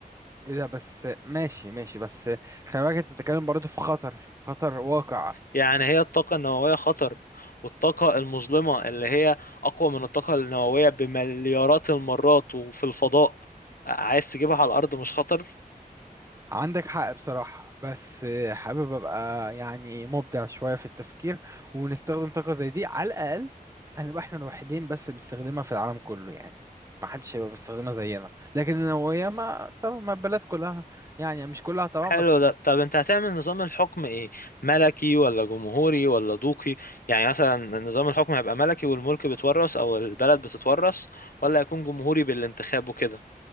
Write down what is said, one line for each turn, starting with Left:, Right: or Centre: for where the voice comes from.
Right: إيه ده بس ماشي ماشي بس خلي بالك أنت بتتكلم برضه في خطر خطر واقع
Left: يعني هي الطاقة النووية خطر والطاقة المظلمة اللي هي اقوى من الطاقة النووية بمليارات المرات وفي الفضاء آه، عايز تجيبها على الارض مش خطر
Right: عندك حق بصراحة بس حابب أبقى يعني مبدع شوية في التفكير ونستخدم طاقة زي دي على الأقل هنبقى إحنا الوحيدين بس بنستخدمها في العالم كله يعني ما حدش هيبقى بيستخدمها زينا لكن النووية ما طبعا ما البلد كلها يعني مش كلها طبعا
Left: حلو
Right: بس م-
Left: ده طب انت هتعمل نظام الحكم ايه ملكي ولا جمهوري ولا دوقي يعني مثلا نظام الحكم هيبقى ملكي والملك بيتورث او البلد بتتورث ولا هيكون جمهوري بالانتخاب وكده